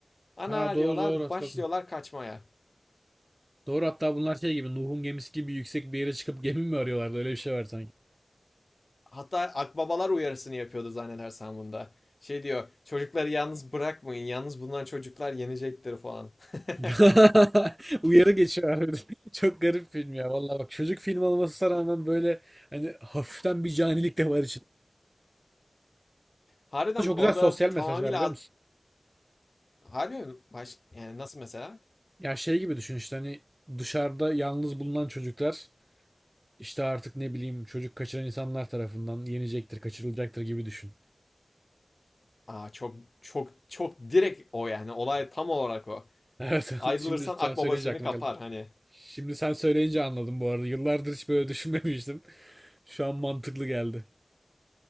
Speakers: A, on the left (about 60°); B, on the right (about 20°).
A: Ana
B: Ha doğru
A: diyorlar
B: doğru hatırladım.
A: başlıyorlar kaçmaya.
B: Doğru hatta bunlar şey gibi Nuh'un gemisi gibi yüksek bir yere çıkıp gemi mi arıyorlardı öyle bir şey var sanki.
A: Hatta akbabalar uyarısını yapıyordu zannedersem bunda. Şey diyor, çocukları yalnız bırakmayın. Yalnız bundan çocuklar yenecektir falan. <laughs>
B: <laughs> Uyarı geçiyor <laughs> Çok garip film ya vallahi bak çocuk film olmasına rağmen böyle hani hafiften bir canilik de var içinde.
A: Harbiden
B: Çok
A: orada
B: güzel sosyal
A: tamamıyla
B: mesajlar biliyor
A: ad-
B: musun?
A: harbi Baş yani nasıl mesela?
B: Ya şey gibi düşün işte hani dışarıda yalnız bulunan çocuklar işte artık ne bileyim çocuk kaçıran insanlar tarafından yenecektir, kaçırılacaktır gibi düşün.
A: Aa çok çok çok direkt o yani. Olay tam olarak o.
B: <laughs> Evet
A: Ayrılırsan
B: şimdi sen
A: akbaba
B: söyleyince
A: seni
B: aklıma
A: kapar
B: geldi.
A: hani.
B: Şimdi sen söyleyince anladım bu arada. Yıllardır hiç böyle düşünmemiştim. Şu an mantıklı geldi.